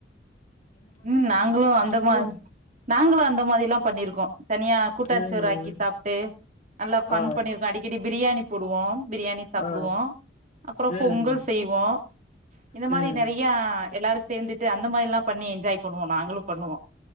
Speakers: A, on the right (about 45°); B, on the left (about 40°).
A: ம் நாங்களு அந்த மாரி
B: ஓ
A: நாங்களு அந்த மாரி எல்லா பண்ணிருக்கோ. தனியா கூட்டாஞ்சோறு
B: ம்
A: ஆக்கி சாப்ட்டு நல்லா ஃபன்
B: ஆ
A: பண்ணிருக்கோ. அடிக்கடி பிரியாணி போடுவோ பிரியாணி சாப்புடுவோ
B: ஆ
A: அப்புறோ
B: ம்
A: பொங்கல் செய்வோ இந்த
B: ம்
A: மாரி நெறையா எல்லாரு சேந்துட்டு அ ந்த மாரில்லா பண்ணி என்ஜாய் பண்ணுவோ நாங்களு பண்ணுவோ.